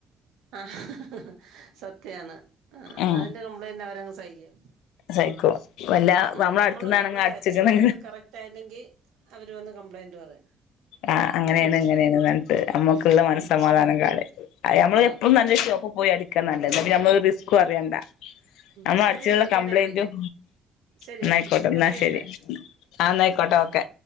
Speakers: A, on the right; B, on the left.
A: ആഹ് സത്യാണ് ആഹ്
B: ഉം
A: അതിന്റെ കംപ്ലൈന്റ് അവരങ്ങ് സഹിക്കും
B: സഹിക്കും വല്ല
A: ഉം
B: നമ്മള
A: നമ്മള്
B: അടുത്തുന്നാണെങ്കി
A: ഒരെണ്ണം
B: അടിച്ചിക്കണ്
A: തയ്ച്ച് അത് കറക്റ്റ് ആയില്ലെങ്കി അവര് വന്ന് കംപ്ലൈന്റ് പറയും
B: ആഹ് അങ്ങനെണ്
A: ഉം
B: ഇങ്ങനെണ് ന്നർഞ്ട്ട് അമ്മക്ക്ള്ള മനസ്സമാധാനം
A: ഉം
B: കളയും അയ് ഞമ്മള്
A: ഓക്കെ
B: എപ്പോളും ന്നല്ല
A: ഓക്കെ
B: ഷോപ്പ് പോയി അടി ക്കാ നല്ലത് എന്നാ പിന്നെ ഞമ്മള് ഒരു റിസ്കും
A: ഉം
B: അറിയണ്ട
A: ഉം
B: ഞമ്മള്
A: ശരിയടാ
B: അട്ച്ചിന്നുള്ള കംപ്ലയിന്റും
A: പിന്നെ വിളിക്കാം ശരിയടാ
B: എന്നായിക്കോട്ടെ
A: കട്ട്
B: ന്നാ
A: ചെയ്യട്ടെ
B: ശെരി ആഹ് ന്നായ്ക്കോട്ടെ ഓക്കെ